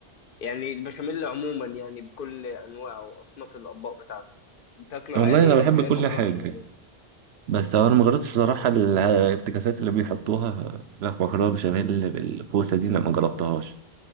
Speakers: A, on the left; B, on the right.
A: يعني البشاميل عموما يعني بكل انواعه واصناف الاطباق بتاعته بتاكله
B: والله
A: عادي
B: أنا
A: ولا
B: بحب
A: هي المكرونه
B: كل حاجة
A: بشاميل بس
B: بس هو انا ما جربتش بصراحه ال- الافتكاسات اللي بيحطوها لا مكرونه بشاميل بالكوسه دي لا ما جربتهاش